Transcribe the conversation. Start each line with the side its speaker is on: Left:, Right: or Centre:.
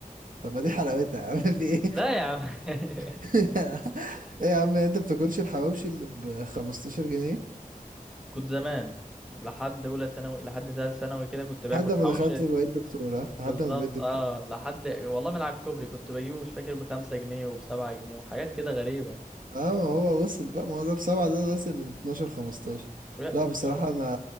Right: طب ما دي حلاوتها يا عم في ايه
Centre: لا يا عم <laughs>
Right: <laughs> ايه يا عم انت بتاكلش الحواوشي اللي ب 15 جنيه
Centre: كنت زمان لحد اولى ثانوي لحد ثالث ثانوي كده كنت باكل
Right: لحد ما
Centre: حوشه
Right: دخلت بقيت دكتوره لحد
Centre: بالظبط
Right: ما بقيت دكتور
Centre: اه لحد والله من على الكوبري كنت بجيبه مش فاكر بخمسة جنيه وبسبعة جنيه وحاجات كده غريبه
Right: اه ما هو وصل بقى ما هو ده بسبعة ده وصل ل 12 15
Centre: لا
Right: لا
Centre: وت-
Right: بصراحة انا